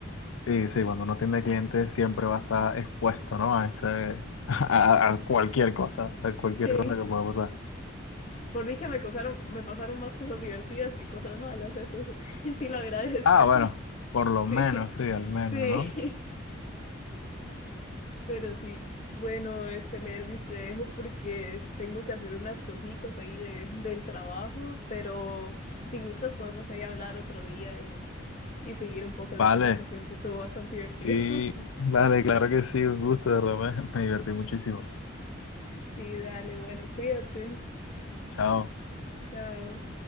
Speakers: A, on the left; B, on the left.
A: Sí, sí, cuando uno tiene clientes siempre va a estar expuesto, ¿no? A ese, <laughs> a, a cualquier cosa, a cualquier
B: sí.
A: cosa que pueda pasar.
B: Por dicha me pasaron, me pasaron más cosas divertidas que cosas malas. Eso sí <laughs> sí lo agradezco.
A: Ah, bueno,
B: <laughs>
A: por lo
B: Sí,
A: menos, sí, al menos,
B: sí.
A: ¿no?
B: Pero sí, bueno, este Lervis te dejo porque tengo que hacer unas cositas ahí de, del trabajo, pero si gustas podemos ahí hablar otro día y, y seguir un poco la
A: Vale,
B: conversación que estuvo bastante divertido.
A: sí,
B: <laughs>
A: vale, claro que sí, un gusto, de verdad, me me divertí muchísimo.
B: Sí, dale, bueno, cuídate.
A: Chao.
B: Chao.